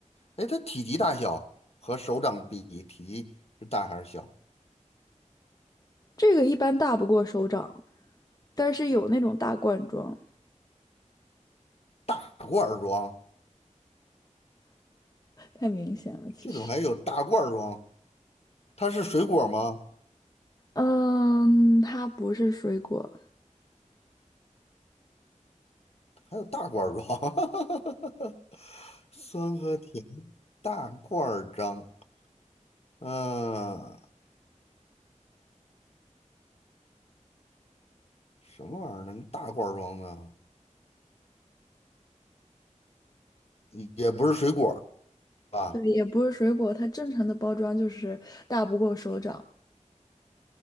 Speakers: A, on the left; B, on the left.
A: 哎，它体积大小和手掌比，体积是大还是小？
B: 这个一般大不过手掌。但是有那种大罐装，
A: 大罐儿装，
B: 太明显了，其实。
A: 这怎么还有大罐儿装？它是水果吗？
B: 嗯，它不是水果，
A: 还有大罐儿装，<laughs> 酸和甜，大罐儿装。嗯，什么玩意儿能大罐装的？也也不是水果儿吧？
B: 对，也不是水果，它正常的包装就是大不过手掌。